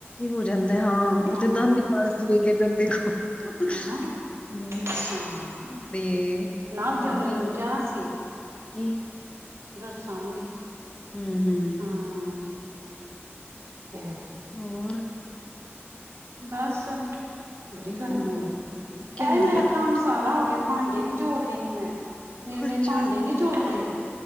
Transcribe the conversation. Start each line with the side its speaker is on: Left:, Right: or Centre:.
Left: ਹੋ ਜਾਂਦਾ, ਹਾਂ। ਉਹ
Right: ਹਾਂ
Left: ਤੇ ਦੰਦ ਹੀ ਕੰਡਦੀ ਏ ਅੱਗੇ ਦੰਦੇ ਕੋ, ਹੂੰ।
Right: ਹਨਾ ਹਾਂ।
Left: ਤੇ।
Right: ਨਾ
Left: ਬਾਕੀ
Right: ਤੇ ਓਨੇ ਮੈਨੂੰ ਕਿਹਾ ਸੀ।
Left: ਕੀ।
Right: ਦੱਸਾਂਗੀ।
Left: ਹੂੰ -ਹੂੰ।
Right: ਹਮ ਤੇ।
Left: ਹੂੰ।
Right: ਬਸ, ਬੜੀ
Left: ਹੂੰ
Right: ਗਰਮੀ ਹੋਈ ਦੀ ਆ,
Left: ਕਹਿੰਦੀ
Right: ਆਹੀ ਮੇਰਾ
Left: ਆ ਕੱਲ
Right: ਕੰਮ ਸਾਰਾ ਹੋ ਗਿਆ। ਭਾਂਡੇ ਵੀ ਜੋੜ ਲੇ ਨੇ ਮੈਂ, ਨਹੀਂ ਮੇਰੇ
Left: ਅੱਛਾ
Right: ਭਾਂਡੇ ਨੀ ਜੁੜਦੇ।